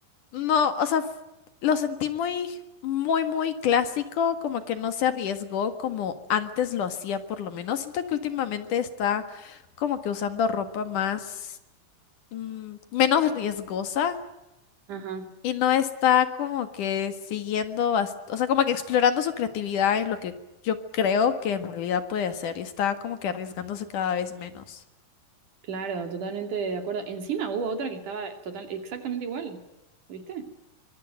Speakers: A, on the left; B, on the right.
A: No, o sea, f- lo sentí muy, muy, muy clásico, como que no se arriesgó como antes lo hacía, por lo menos. Siento que últimamente está como que usando ropa más, mm, menos riesgosa
B: Ajá.
A: y no está como que siguiendo, bast- o sea, como que explorando su creatividad en lo que yo creo que en realidad puede hacer y está como que arriesgándose cada vez menos.
B: Claro, totalmente de acuerdo. Encima hubo otra que estaba total, exactamente igual, ¿viste?